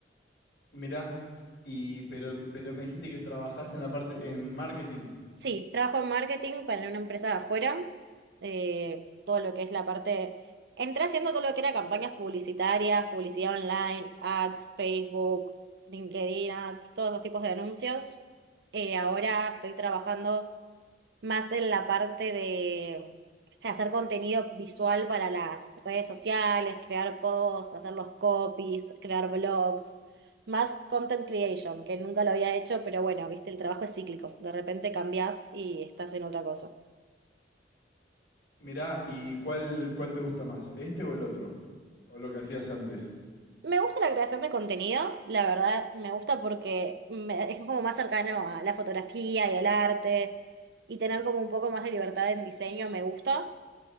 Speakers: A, on the left; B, on the right.
A: mirá. Y pero pero me dijiste que trabajás en la parte en marketing.
B: Sí, trabajo en marketing para una empresa de afuera, eh, todo lo que es la parte... Entré haciendo todo lo que era campañas publicitarias, publicidad online, ads, Facebook, LinkedIn ads, todos esos tipos de anuncios. Eh, ahora estoy trabajando más en la parte de hacer contenido visual para las redes sociales, crear posts, hacer los copies, crear blogs. Más content creation, que nunca lo había hecho, pero bueno, viste, el trabajo es cíclico. De repente cambias y estás en otra cosa.
A: Mirá, ¿y cuál cuál te gusta más? ¿Este o el otro? ¿O lo que hacías antes?
B: Me gusta la creación de contenido, la verdad, me gusta porque me- es como más cercano a la fotografía y al arte. Y tener como un poco más de libertad en diseño me gusta.